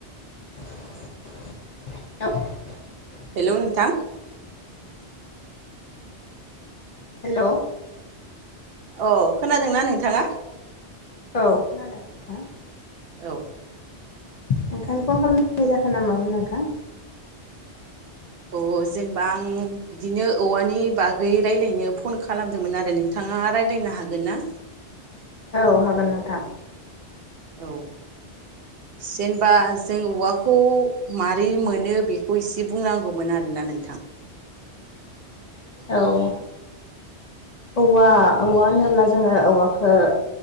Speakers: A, on the left; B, on the right.
A: <unintelligible>
B: हेल' नोंथां
A: हेल'
B: अ खोनादोंना नोंथाङा?
A: औ खोनादों नोंथां।
B: औ।
A: नोंथांनि फन खालामनाय जाहोना मामोन नोंथां?
B: अ जेनेबा आं बिदिनो औवानि बागै रायलायनो फन खालामदोंमोन आरो नोंथाङा रायलायनो हागोन ना?
A: औ हागोन नोंथां।
B: औ जेनेबा जों औवाखौ मारै मोनो बेखौ एसे बुंनांगौमोन आरोना नोंथां?
A: औ। औवा औवा होनोब्ला जोङो औवाखो